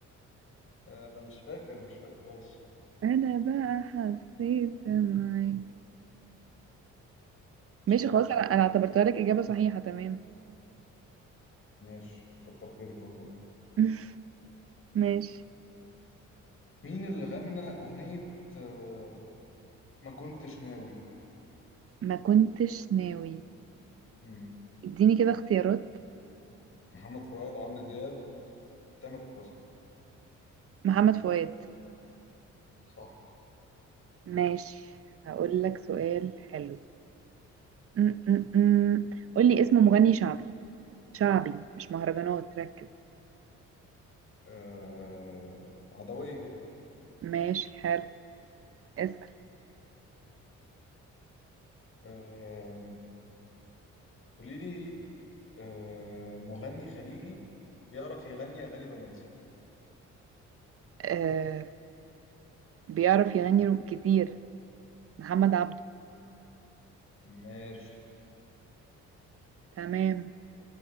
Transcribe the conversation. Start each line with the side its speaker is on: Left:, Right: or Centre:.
Left: آه، مش فاكر مش فاكر خالص
Right: أنا بقى حسيت معاك ماشي
Left: مش فاكر
Right: خلاص أنا أنا اعتبرتها لك إجابة صحيحة تمام
Left: ماشي كتر خيرك والله
Right: <laughs> ماشي
Left: مين اللي غنى أغنية آه، ما كنتش ناوي
Right: ما كنتش ناوي
Left: مم.
Right: اديني كده اختيارات
Left: محمد فؤاد عمرو دياب تامر حسني
Right: محمد فؤاد
Left: صح
Right: ماشي هقول لك سؤال حلو م- م- م. قولي اسم مغني شعبي شعبي مش مهرجانات ركز
Left: آه، عدوية
Right: ماشي حلو اسأل
Left: آه، قولي لي آه، مغني خليجي بيعرف يغني أغاني رومانسي
Right: آه بيعرف يغني كتير محمد عبده
Left: ماشي
Right: تمام